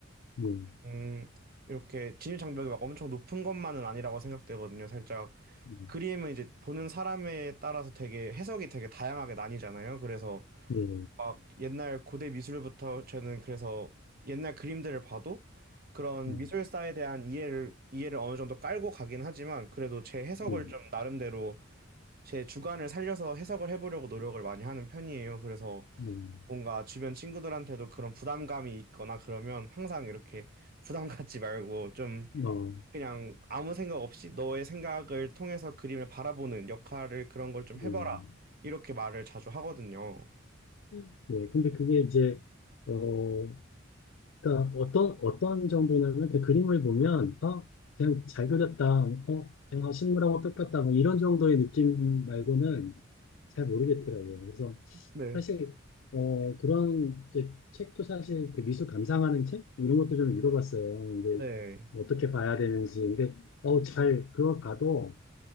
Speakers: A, on the left (about 65°); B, on the right (about 45°).
A: 네.
B: 음, 이렇게 진입장벽이 막 엄청 높은 것만은 아니라고 생각되거든요. 살짝
A: 음.
B: 그림은 이제 보는 사람에 따라서 되게 해석이 되게 다양하게 나뉘잖아요. 그래서
A: 예.
B: 막 옛날 고대 미술부터 저는 그래서 옛날 그림들을 봐도 그런
A: 음.
B: 미술사에 대한 이해를 이해를 어느 정도 깔고 가긴 하지만 그래도 제 해석을
A: 예.
B: 좀 나름대로 제 주관을 살려서 해석을 해보려고 노력을 많이 하는 편이에요. 그래서
A: 음.
B: 뭔가 주변 친구들한테도 그런 부담감이 있거나 그러면 항상 이렇게 부담 갖지 말고 좀
A: 음. 어,
B: 그냥 아무 생각 없이 너의 생각을 통해서 그림을 바라보는 역할을 그런 걸 좀 해봐라.
A: 음.
B: 이렇게 말을 자주 하거든요.
A: 음. 예, 근데 그게 이제, 어, 그러니까 어떤, 어떤 정도냐면 그 그림을 보면, 어, 그냥 잘 그렸다, 어, 어, 실물하고 똑같다, 뭐 이런 정도의 느낌 말고는 잘 모르겠더라고요. 그래서
B: 네.
A: 사실, 어, 그런 이제 책도 사실 그 미술 감상하는 책? 이런 것도 좀 읽어봤어요. 이게
B: 네.
A: 어떻게 봐야 되는지. 근데, 어, 잘, 그걸 봐도